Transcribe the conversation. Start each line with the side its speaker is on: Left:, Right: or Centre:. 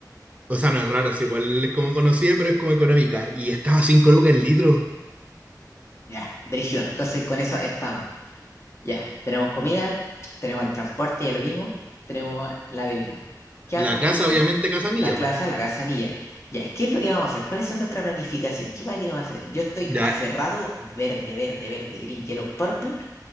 Right: O sea, no es rara, es igual es como conocida, pero es como económica. Y estaba a 5 lucas el litro.
Left: Ya, brígido. Entonces, con eso estamos. Ya, tenemos comida, tenemos el transporte, ya lo vimos, tenemos la bebida. ¿Qué
Right: La
Left: más nos
Right: casa,
Left: falta?
Right: obviamente, Casa
Left: La
Right: Milla,
Left: clase,
Right: pues.
Left: la casa mía. Ya, ¿qué es lo que vamos a hacer? ¿Cuál es nuestra planificación? ¿Qué más queremos hacer? Yo estoy
Right: Ya.
Left: hace rato verde, verde, verde, green, yellow, purple